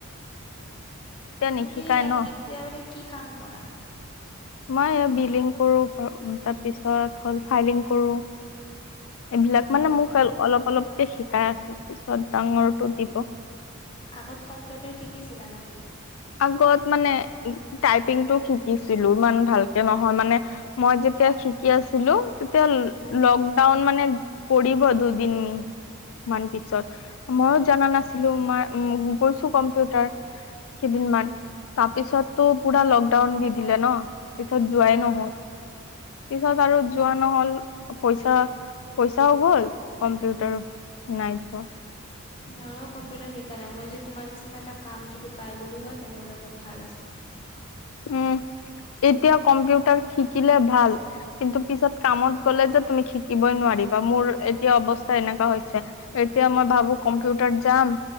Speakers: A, on the left; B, on the left.
A: এতিয়া নিশিকাই
B: তুমি
A: ন
B: এতিয়া মানে কি কাম কৰা
A: মই বিলিং কৰো তাৰপিছত হ'ল ফাইলিং কৰো এইবিলাক মানে
B: অ',
A: মোক অলপ অলপকে শিকাই আছে পিছত ডাঙৰটো দিব
B: আগত কম্পিউটাৰ শিকিছিলা নেকি
A: আগত মানে টাইপিং টো শিকিছিলো ইমান ভালকে নহয় মানে মই যেতিয়া শিকি আছো ছিলো তেতিয়া
B: উম,
A: লকডাউন মানে পৰিব দুদিন মিন মান পিছত ময়ো জনা নাছিলো মই গৈছো কম্পিউটাৰ কেইদিনমান
B: অ',
A: তাৰপিছত তো পুৰা লকডাউন দি দিলে ন পিছত যোৱাই
B: অ'।
A: নহল পিছত আৰু যোৱা নহল পইচা পইচাও গ'ল কম্পিউ ত নাই যোৱা
B: মইও কম্পিউটাৰ শিকা নাই মই যে তোমাৰ নিচিনা এটা কাম যদি পাই গলো হয় তেনেহলে অলপ ভাল আছিল
A: উম এতিয়া কম্পিউটাৰ শিকিলে ভাল কিন্তু পিছত কামত গ'লে যে তুমি শিকিবই নোৱাৰি মোৰ এতিয়া অৱছ এনেকা হৈছে এতিয়া মই ভাবো কম্পিউটাৰ যাম